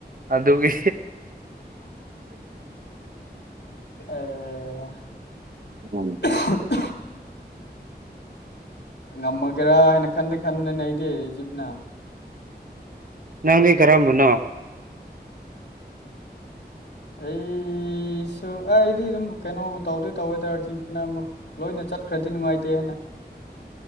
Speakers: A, on the right; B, on the left.
A: ꯑꯗꯨꯒꯤ
B: ꯑꯦ <unintelligible>
A: ꯎꯝ
B: ꯍ <unintelligible> ꯉꯝꯃꯒꯦꯔꯥ ꯍꯥꯏꯅ ꯈꯟꯗꯤ ꯈꯟꯗꯤꯈꯟꯕꯅꯤꯅ‌ꯦ ꯑꯩꯗꯤ ꯏꯖꯤꯞꯅ
A: ꯅꯪꯗꯤ ꯀꯔꯝꯕꯅꯣ
B: ꯑꯩꯁꯨ ꯑꯩꯗꯤ ꯑꯗꯨꯝ ꯀꯩꯅꯣꯕꯨ ꯇꯧꯗꯤ ꯇꯧꯋꯦꯗ ꯑꯔꯖ‌ꯦꯟꯇꯤꯅꯕꯨ ꯂꯣꯏꯅ ꯆꯠꯈ꯭ꯔꯗꯤ ꯅꯨꯡꯉꯥꯏꯇꯦ ꯍꯥꯏꯅ